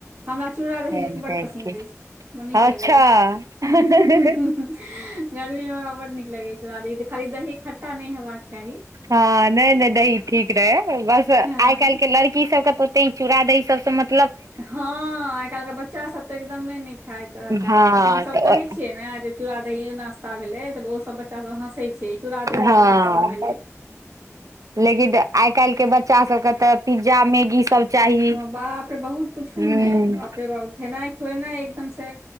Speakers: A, on the right; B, on the right.
A: हमरा चूड़ा दही
B: टाइम
A: लेकिन बड्ड
B: ताइम
A: पसिन्द
B: के।
A: अछि बड्ड नीक लगैय
B: अच्छा हँ
A: गर्मी मे हमरा बड्ड नीक लगे छै ओकरा दही खाली दही खट्टा नय हेबाक चाही।
B: हँ नय नय दही ठीक रहै बस आइ
A: हँ
B: काइल केँ लड़की सबके तऽ तैँ चूड़ा दही सब सऽ मत
A: हँ आइ काइल केँ बच्चासभ तऽ एकदमे नय खाइत चाहत
B: हँ
A: हमसभ
B: तऽ
A: कहैत छियै ने जे चूड़ा दही नास्ता भेले तऽ ओ सब बच्चा सब हँसै छै चूड़ा दही
B: हँ
A: कोन नास्ता भेले।
B: लेकिन आइ काइल केँ बच्चा सबके तऽ पिज्जा मैगी सब चाही
A: हँ बापरे बहुत पूछू
B: हूं
A: नै बाप रे बाप खेनाइ खुऐनाइ एकदम से